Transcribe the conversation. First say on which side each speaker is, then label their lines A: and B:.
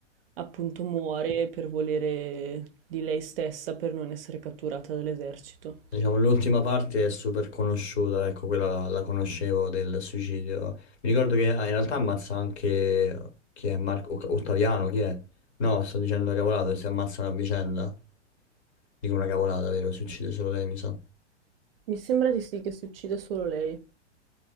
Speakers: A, on the right; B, on the left.
A: appunto muore per volere di lei stessa per non essere catturata dall'esercito.
B: Diciamo, l'ultima parte è super conosciuta, ecco, quella la, la conoscevo del suicidio. Mi ricordo che ah, in realtà ammazza anche chi è Marco Oc- Ottaviano, chi è? No, sto dicendo una cavolata, si ammazzano a vicenda. Dico una cavolata, vero? Si uccide solo lei, mi sa.
A: Mi sembra di sì che si uccida solo lei.